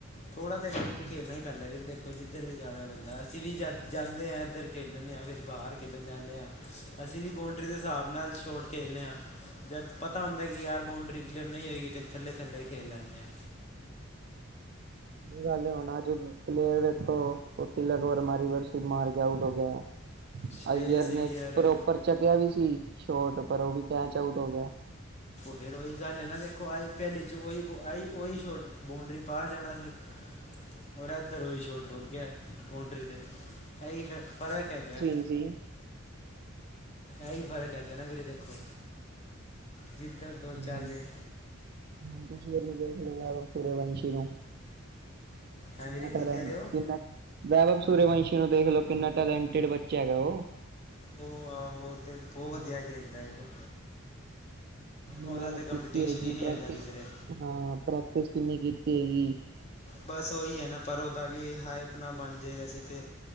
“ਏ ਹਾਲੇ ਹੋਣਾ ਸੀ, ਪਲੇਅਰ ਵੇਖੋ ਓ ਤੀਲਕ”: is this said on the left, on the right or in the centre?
Right